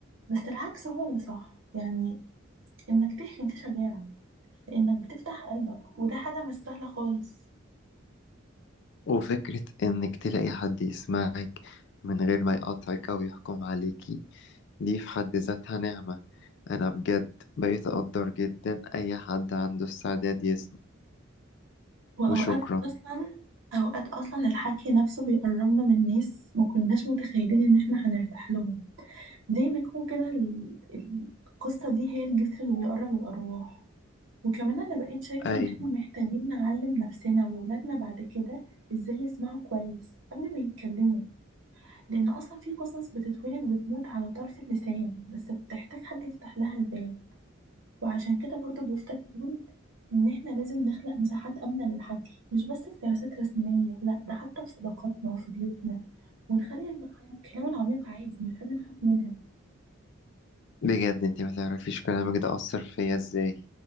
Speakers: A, on the right; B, on the left.
A: بس العكس هو اللي صح يعني انك تحكي دي شجاعة لانك بتفتح قلبك وده حاجة مش سهلة خالص
B: وفكرة إنك تلاقي حد يسمعك من غير ما يقاطعك أو يحكم عليكي دي في حد ذاتها نعمة أنا بجد بقيت أقدر جدا أي حد عنده استعداد يسمع
A: واوقات
B: وشكرا
A: اصلا اوقات اصلا الحكي نفسه بيقربنا من ناس ما كناش متخيلين ان احنا هنرتاح لهم زي ما يكون كده ال- ال- القصة دي هي الجسر اللي بيقرب الأرواح وكمان أنا بقيت شايفة
B: أيوة
A: إن إحنا محتاجين نعلم نفسنا وولادنا بعد كده إزاي يسمعوا كويس قبل ما يتكلموا لأن أصلا في قصص بتتولد وتموت على طرف اللسان بس بتحتاج حد يفتح لها الباب وعشان كده برضو بفضل أقول إن إحنا لازم نخلق مساحات آمنة للحكي مش بس في جلسات رسمية لأ ده حتى في صداقاتنا وفي بيوتنا ونخلي الكلام العميق عادي مش حاجة نخاف منها
B: بجد انت ما تعرفيش كلامك ده أثر فيا ازاي